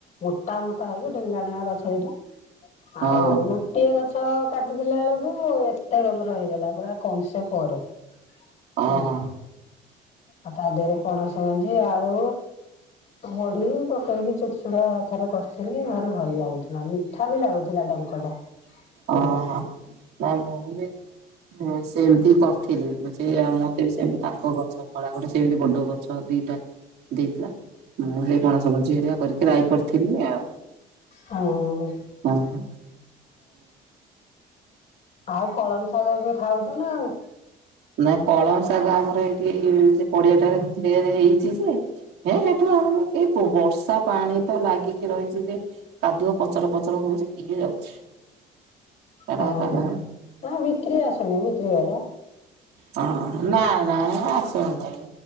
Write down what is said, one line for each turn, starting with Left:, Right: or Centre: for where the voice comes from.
Left: ମୋଟା ମୋଟା ହେଇକି ଡେଙ୍ଗା ଡେଙ୍ଗା ଗଛ ଦିଟା
Right: ହଁ
Left: ଆଉ ଗୋଟିଏ ଗଛ କାଟିଦେଲା ବେଳକୁ ଏତେ ଗନ୍ଧର ହେଇଗଲା ପୁରା କଂସେ ପରେ ହୁଁ
Right: ଅ ହ।
Left: ଆଉ ତା ଦେହରେ ପଣସ ମଞ୍ଜି ଆଳୁ ବଢି ପକେଇକି ଚୋୁର ଚୁଡା ଥରେ କରିଥିଲି ଭାରି ଭଲ ଲାଗୁଥିଲା ଠାବି ଲାଗୁଥିଲା ଡଙ୍କଟା
Right: ଅଂହୋ
Left: ଭଲ।
Right: ତ ମୁଁ ବି ହୁଁ ସେମିତି କରିଥିଲି ସେଉ ମତେ ବି ସେମିତି ତାଙ୍କ ଗଛ କଳା ଗଟେ ସେମିତି ବଡ ଗଛ ଦିଟା ଦେଇଥିଲା ମୁଁ ସେଇ ପଣସ ମଞ୍ଜି ହରିକା କରି ରାଇ କରିଥିଲି ଆଉ
Left: ଆଉ
Right: ହଁ ହ
Left: ଆଉ କଳମ ଶାଗ ଏବେ ଖାଉଛ ନା ଆଉ
Right: ନା କଳ ଶାଗ ଆମର ଏଇଠିକି ସେ ପଡିଆଟାରେ ହେଇଛି ସେ ହେଁ ସେଠୁ ଆଣ ଏ ବର୍ଷା ପାଣି ତ ଲାଗିକି ରହିଛି ଯେ କାଦୁଅ ପଚର ପଚର ହଉଛି କିଏ ଯାଉଛି ସେଟା
Left: ହଁ
Right: ଶାଗ
Left: <inaudible> ବିକ୍ରି ଆସୁନି ବିକ୍ରିବାଲା।
Right: ହଁ ନା ନା ଆସିବାର ନାହି।